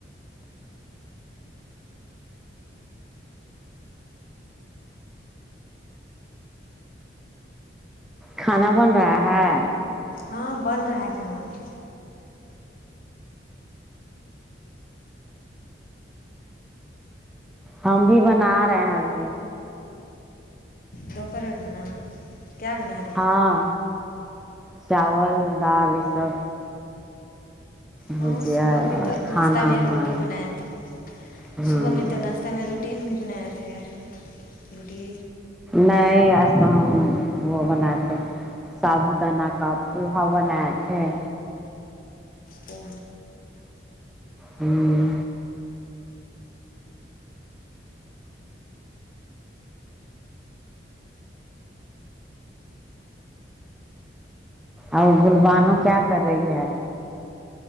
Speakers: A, in the centre; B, on the left (about 45°).
A: کھانا بن رہا ہے
B: ہاں بن رہا ہے کھانا تو
A: ہم بھی بنا رہے ہیں ابھی
B: دوپہر کا کھانا کیا بنا تھا
A: ہاں چاول دال یہ سب
B: ہاں
A: بھجیا
B: صبح میں
A: اور
B: تو ناشتہ
A: کھانا
B: میں روٹی
A: ہے
B: بنائے تھے
A: ہاں
B: صبح میں تو ناش تہ میں روٹی ہم بھی بنائے تھے روٹی
A: نہیں آج تو ہم وہ بناتے سابو دانہ کا پوہا بنائے تھے
B: وہ
A: ہمم اور گل بانو کیا کر رہی ہے